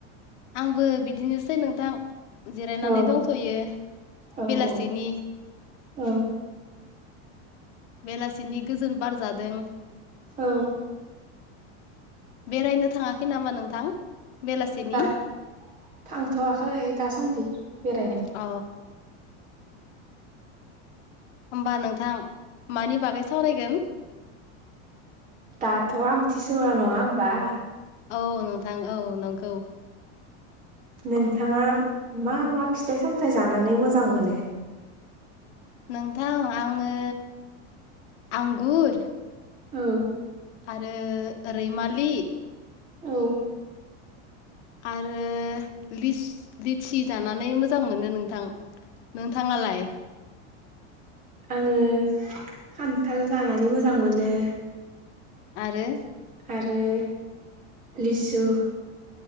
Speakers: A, on the left; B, on the right.
A: आंबो बिदिनोसै नोंथां। जिरायनानै
B: औ
A: दंथ'यो
B: औ
A: बेलासिनि।
B: औ औ।
A: बेलासिनि गोजोन बार जादों।
B: औ।
A: बेरायनो थांङाखै नामा नोंथां? बेलासिनि
B: दा थांथ'वाखै दासान्दि बेरायनो
A: <inaudible> अ होमबा नोंथां मानि बागै सावरायगोन?
B: दाथ' आमथिसवा नंङा होमबा?
A: औ नोंथां औ नंगौ।
B: नोंथांङा मा-मा फिथाइ-सामथाइ जानानै मोजां मोनो?
A: नोंथां आंङो आंगुर
B: औ।
A: आरो रैमालि
B: औ।
A: आरो लिच लिचि जानानै मोजां मोनो नोंथां। नोंथांङालाय?
B: आंङो खान्थाल जानानै मोजां मोनो।
A: आरो
B: आरो लिसु